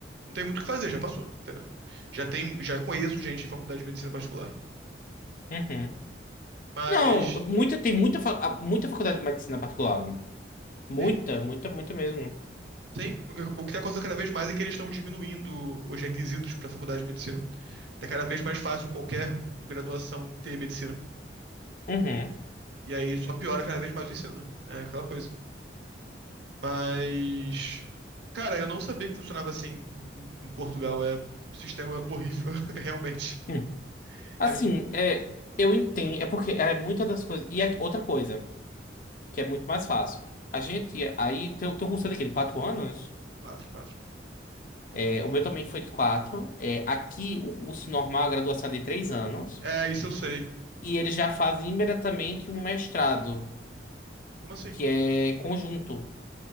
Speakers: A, on the right (about 70°); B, on the left (about 45°).
A: não tem muito o que fazer, já passou, entendeu? Já tem, já conheço gente de faculdade de medicina particular.
B: Uhum.
A: Mas
B: Não, muita, tem muita, fa- ah, muita faculdade de medicina particular. Muita,
A: sim,
B: muita, muita mesmo.
A: sim. O que, o que tá acontecendo cada vez mais é que eles estão diminuindo os requisitos para faculdade de medicina. Tá cada vez mais fácil qualquer graduação ter medicina.
B: Uhum.
A: E aí só piora cada vez mais o ensino, né? É aquela coisa. Mas, cara, eu não sabia que funcionava assim em, em Portugal. É um sistema horrível, <laughs> realmente.
B: Hum. Assim,
A: É
B: é, eu entendo, é porque é muita das coisas. E é outra coisa, que é muito mais fácil. A gente, aí, teu, teu curso é de quê? De quatro anos?
A: quatro, quatro.
B: É, o meu também foi de quatro. É, aqui, o curso normal, a graduação é de três anos.
A: É, isso eu sei.
B: E, e eles já fazem imediatamente um mestrado.
A: Como assim?
B: que é conjunto.